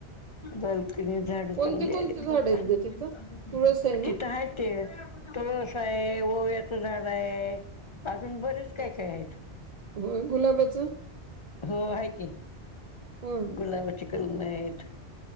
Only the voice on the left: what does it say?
बालकनी मध्ये झाडे
चांगली
आली
आहे.
तुळशी आहे. ओव्याचे झाडे अजून बरेच काय काय झाडे. आहे.
हो आहे की,
गुलाबाची कलम आहेत,